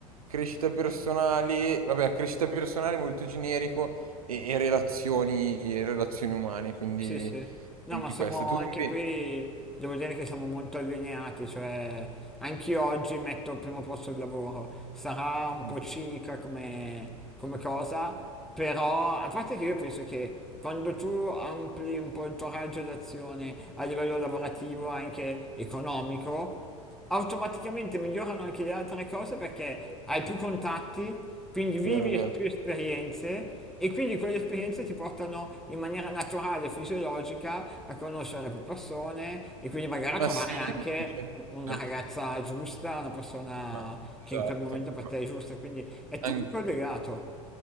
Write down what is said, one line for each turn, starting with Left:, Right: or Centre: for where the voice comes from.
Right: crescita personale, vabbè, crescita personale molto generico e, e relazioni, e relazioni umane, quindi...
Centre: sì, sì. No,
Right: Quindi
Centre: ma siamo
Right: questo, tu,
Centre: anche
Right: inve-
Centre: qui, devo dire che siamo molto allineati, cioè anch'io oggi metto al primo posto il lavoro. Sarà un
Right: Vero,
Centre: po' cinica come, come cosa, però a parte che io penso che quando tu ampli un po' il tuo raggio d'azione a livello lavorativo, anche economico, automaticamente migliorano anche le altre cose perché hai più contatti, quindi vivi
Right: vero.
Centre: es-
Right: vero.
Centre: più esperienze e quindi quelle esperienze ti portano in maniera naturale, fisiologica, a conoscere più persone e quindi magari a trovare
Right: Ma sì,
Centre: anche
Right: ma- ma cer-
Centre: u- una
Right: certo,
Centre: ragazza giusta, una persona
Right: ma- esatto.
Centre: che in quel momento per
Right: Ma
Centre: te è giusta, quindi è tutto
Right: an-
Centre: collegato.